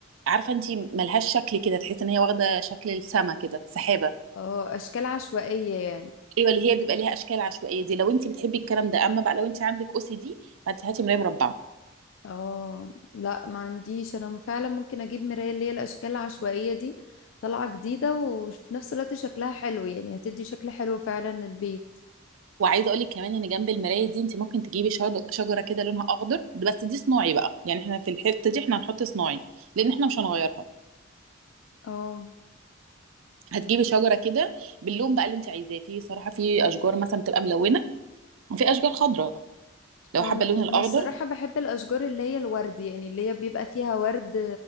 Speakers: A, on the right; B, on the left.
A: عارفه انت ملهاش شكل كده تحس ان هي واخده شكل السما كده سحابه
B: اه اشكال عشوائية يعني
A: ايوه اللي هي بيبقى ليها اشكال عشوائيه دي لو انت بتحبي الكلام ده اما بقى لو انت عندك او سي دي فانت هاتي مرايه مربعه
B: اه لا ما عنديش انا فعلا ممكن اجيب مراية اللي هي الاشكال العشوائية دي طالعة جديدة وفي نفس الوقت شكلها حلو يعني هتدي شكل حلو فعلا للبيت
A: وعايزه اقول لك كمان ان جنب المرايه دي انت ممكن تجيبي شاد- شجره كده لونها اخضر بس دي صناعي بقى يعني احنا في الحته دي احنا هنحط صناعي لان احنا مش هنغيرها
B: اه
A: هتجيبي شجره كده باللون بقى اللي انت عايزاه في صراحه في اشجار مثلا بتبقى ملونه وفي اشجار خضراء لو
B: اه
A: حابه
B: انا
A: اللون الاخضر
B: انا الصراحة بحب الاشجار اللي هي الورد يعني اللي هي بيبقى فيها ورد